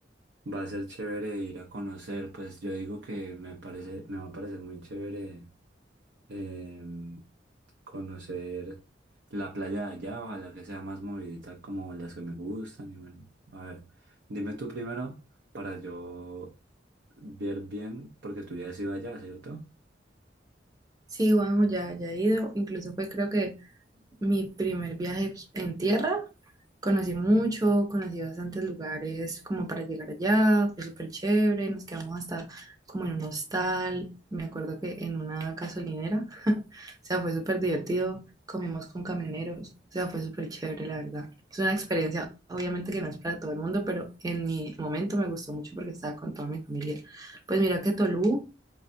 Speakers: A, on the right; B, on the right.
A: va a ser chévere ir a conocer? Pues yo digo que me parece, me va a parecer muy chévere. eh, conocer la playa de allá, ojalá que sea más movidita como las que me gustan. Y bueno, a ver, dime tú primero para yo ver bien, porque tú ya has ido allá, ¿cierto?
B: Sí, Juanjo, ya, ya he ido, incluso fue creo que Mi primer viaje en tierra, conocí mucho, conocí bastantes lugares como para llegar allá, fue súper chévere, nos quedamos hasta como en un hostal, me acuerdo que en una gasolinera, <laughs> o sea, fue súper divertido, comimos con camioneros, o sea, fue súper chévere, la verdad. Es una experiencia, obviamente que no es para todo el mundo, pero en mi momento me gustó mucho porque estaba con toda mi familia. Pues mira que Tolú